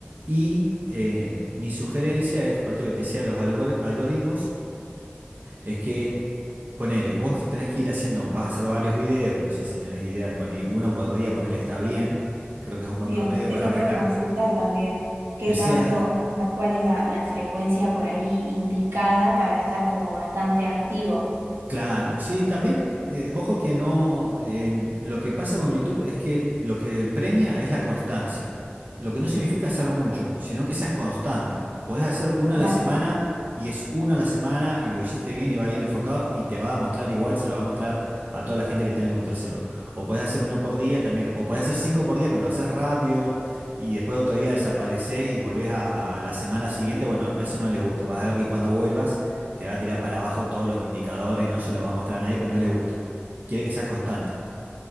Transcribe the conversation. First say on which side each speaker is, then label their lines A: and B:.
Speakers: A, on the right; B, on the right.
A: y eh, mi sugerencia es, por esto que te decía, de los algor- algoritmos, es que ponele, vos tenés que ir haciendo, vas a hacer varios videos, pues no sé si tenés idea de poner uno por día, ponerle está bien, que creo que es un buen
B: Bien,
A: promedio
B: eso
A: para arrancar,
B: te iba a consultar también. ¿Qué
A: que sea
B: tanto, o sea, cuál es la, la frecuencia por ahí indicada para estar como bastante activo?
A: Claro, sí, también, eh, ojo que no, em, lo que pasa con YouTube es que lo que premia es la constancia, lo que no significa hacer mucho, sino que seas constante. Podés hacer uno
B: Claro,
A: a la semana y es uno a la semana y lo hiciste bien y va bien enfocado y te va a mostrar igual, se lo va a mostrar a toda la gente que tenga que mostrárselo. O podés hacer uno por día también, o podés hacer cinco por día, pero lo haces rápido y después otro día desapareces y volvés a la semana siguiente. Bueno, eso no le gusta, vas a ver que cuando vuelvas te va a tirar para abajo todos los indicadores, no se lo va a mostrar a nadie, pues no le gusta. Quiere que seas constante.